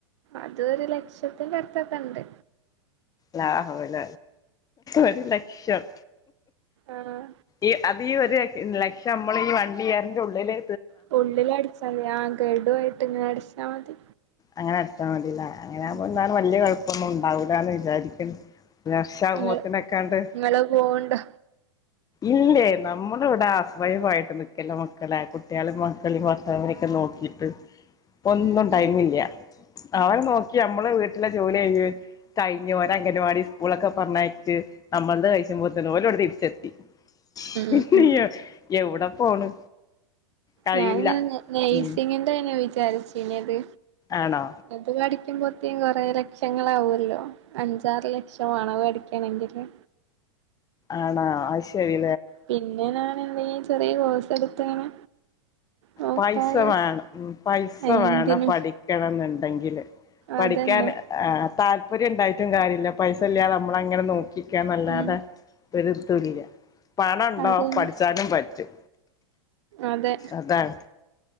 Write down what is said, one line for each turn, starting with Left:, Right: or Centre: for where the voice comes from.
Right: അത് ഒരു ലക്ഷത്തിന്റെ അടുത്തൊക്കെ ഇണ്ട്
Left: ലാ ഹൌല ഒരു ലക്ഷം
Right: ആഹ്
Left: ഈ അതീ ഒരു ലക്ഷം നമ്മളീ വണ്ടി അതിനുള്ളില്
Right: പുള്ളിൽ അടിച്ചാല ആ ഗഡു ആയിട്ട് ഇങ്ങനെ അട ആ മതി
Left: അങ്ങനെടുത്താ മ അങ്ങനെ
Right: ഉം
Left: ആവുമ്പോ ന്താണ് വല്യ കെഴ ഇപ്പന്നും ഉണ്ടാവൂലാന്ന് വിചാരിക്ക്ണ്. ഒരു വർഷവുമ്പോതിനൊക്കണ്ട്
Right: ഇങ്ങള് ഇങ്ങള് പോവ്ണ്ടോ
Left: ഇല്ലേ നമ്മുടെ ഇവിടെ ഹൗസ് വൈഫ് നിക്കല്ല മക്കളെ കുട്ടികളേം മക്കളും ഭർത്താവിനേം ക്കെ നോക്കിട്ട് ഒന്നും
Right: ഉം
Left: ടൈമില്ല
Right: ഉം
Left: അവർ നോക്കി നമ്മള് വീട്ടിലെ ജോലി ചെയ്യ് കഴിഞ്ഞ് ഓര അംഗൻവാടി സ്കൂളൊക്കെ പറഞ്ഞയച്ച് നമ്മൾത് കഴിച്ചു മ്പോത്തിന് ഓല് ഇവിടെ തിരിച്ചെത്തി പിന്നെ
Right: ഉം ഉം
Left: എ എവട പോണ്. കഴിയൂല
Right: ഞാനിങ്ങനെ നെയ്സിങ്ങിന്റെ
Left: ഉം
Right: <unintelligible> വിചാരിച്ചീന്നത്
Left: ആണോ
Right: അത് പഠി കുറ്റും പൊത്തീം കൊറെേ ലക്ഷങ്ങളാവല്ലോ അഞ്ചാറ് ലക്ഷം അണവ് അടിക്കണെങ്കില്
Left: ആണാ അ ശരി
Right: പിന്നെ ഞാൻ എന്തെങ്കിലും ചെറിയ കോഴ്സ് എടുത്ത്ങ്ങനെ നോക്കാ
Left: പൈസ
Right: വിചാരിച്ച്
Left: വേണം ഉം പൈസ
Right: എന്തിനും
Left: വേണം പഠിക്കണം എന്നു ണ്ടെങ്കില്
Right: അതന്നെ
Left: പഠിക്കാൻ ആ താല്പര്യം ഇണ്ടായിട്ടും കാര്യല്ല പൈസ ഇല്ലതെ നമ്മള അങ്ങനെ നോക്കി രിക്കാന്നല്ലാതെ
Right: ഉം
Left: <unintelligible> പണ ണ്ടോ
Right: അതന്നെ
Left: പഠിച്ചാനും പറ്റും.
Right: അതെ
Left: അതാണ്